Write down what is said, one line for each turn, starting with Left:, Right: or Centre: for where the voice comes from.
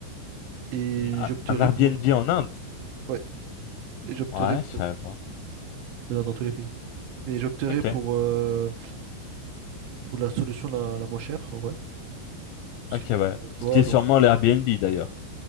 Right: Et
Left: Mm, Un,
Right: j'opterai
Left: un Airbnb
Right: pour...
Left: en Inde?
Right: Ouais, et j'opterai
Left: Ouais, je savais
Right: pour...
Left: pas.
Right: Il y en a dans tous les pays. Mais j'opterai
Left: Ok,
Right: pour, euh, pour la solution la, la moins chère, en vrai. Parce
Left: ok,
Right: que,
Left: ouais.
Right: tu
Left: Ce
Right: vois,
Left: qui est sûrement
Right: donc,
Left: l'Airbnb d'ailleurs.